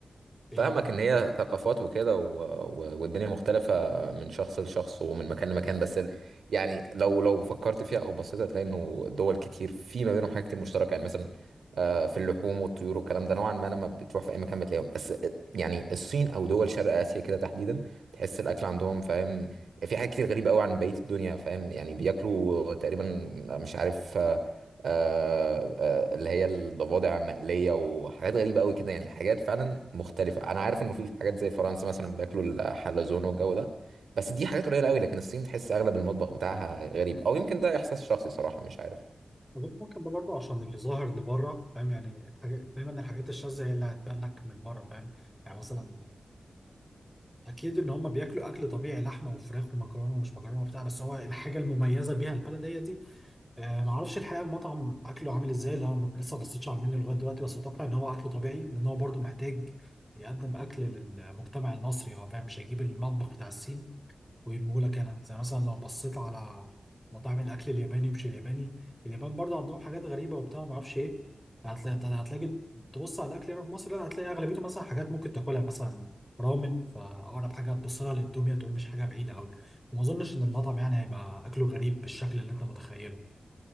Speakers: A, in the centre; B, on the right (about 90°).
A: إيه،
B: فاهمك ان هي ثقافات وكده و... و... والدنيا مختلفة من شخص لشخص ومن مكان لمكان بس ال... يعني لو لو فكرت فيها او بصيت هتلاقي انه دول كتير في ما بينهم حاجات كتير مشتركة يعني مثلا آه، في اللحوم والطيور والكلام ده نوعا ما لما بتروح في اي مكان بتلاقيهم بس آه، يعني الصين او دول شرق اسيا كده تحديدا تحس الاكل عندهم فاهم في حاجات كتير غريبة قوي عن بقية الدنيا فاهم يعني بياكلوا تقريبا مش عارف آه، آه، آه، اللي هي الضفادع المقلية وحاجات غريبة قوي كده يعني حاجات فعلا مختلفة أنا عارف إنه في حاجات زي فرنسا مثلا بياكلوا الحلزون والجو ده بس دي حاجات قليلة قوي لكن الصين تحس أغلب المطبخ بتاعها غريب أو يمكن ده إحساس شخصي صراحة مش عارف
A: أظن ممكن ده برضه عشان اللي ظاهر اللي بره فاهم يعني الحاجات دايما الحاجات الشاذة هي اللي هتبان لك من بره فاهم يعني مثلا أكيد إن هم بياكلوا أكل طبيعي لحمة وفراخ ومكرونة ومش مكرونة وبتاع بس هو الحاجة المميزة بيها البلد هي دي آه معرفش الحقيقة المطعم أكله عامل إزاي اللي أنا لسه ما بصيتش على المنيو لغاية دلوقتي بس أتوقع إن هو أكله طبيعي لأن هو برضه محتاج يقدم أكل للمجتمع المصري هو فاهم مش هيجيب المطبخ بتاع الصين ويرموهولك انا زي مثلا لو بصيت على مطاعم الاكل الياباني مش الياباني اليابان برضه عندهم حاجات غريبه وبتاع ما اعرفش ايه هتلاقي هتلاقي تبص على الاكل هنا في مصر لا هتلاقي اغلبيته مثلا حاجات ممكن تاكلها مثلا رامن فاقرب حاجه هتبص لها للاندوميا تقول مش حاجه بعيده قوي وما اظنش ان المطعم يعني هيبقى اكله غريب بالشكل اللي انت متخيله